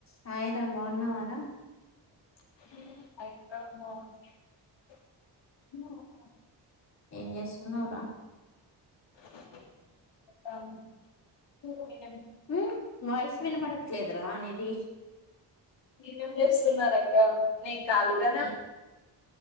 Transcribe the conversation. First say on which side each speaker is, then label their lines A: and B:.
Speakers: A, on the left (about 40°); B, on the left (about 80°).
A: హాయ్ రా బావున్నవార
B: <inaudible>
A: ఏం జేసున్నావురా
B: <inaudible>
A: ఊ వాయిస్ వినబడట్లేదురా నీది
B: మీరేం చేస్తున్నారు అక్క
A: ఏ-